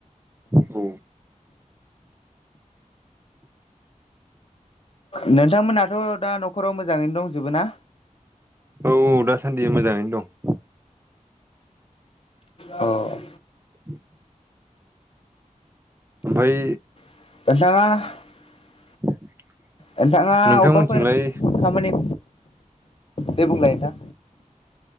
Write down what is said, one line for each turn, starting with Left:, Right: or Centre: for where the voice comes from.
Right: औ
Left: नोंथांमोनाथ' दा न'खराव मोजाङैनो दंजोबो ना
Right: औ दासान्दि मोजाङैनो दं
Left: औ
Right: <unintelligible> ओमफाय
Left: <unintelligible>
Right: <unintelligible>
Left: नोंथाङा
Right: नोंथांमोनथिंलाय
Left: अबेबाफोर खामानि दे बुंलाय दा